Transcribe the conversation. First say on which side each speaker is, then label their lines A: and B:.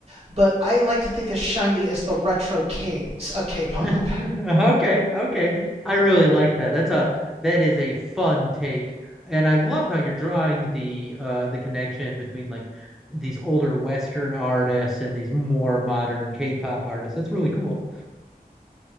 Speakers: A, on the right; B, in the centre.
A: But I like to think of Shiny as the retro kings of K
B: <laughs>
A: pop.
B: Okay, okay. I really like that. That's a that is a fun take. And I love how you're drawing the uh the connection between like these older Western artists and these more modern K-pop artists. That's really cool.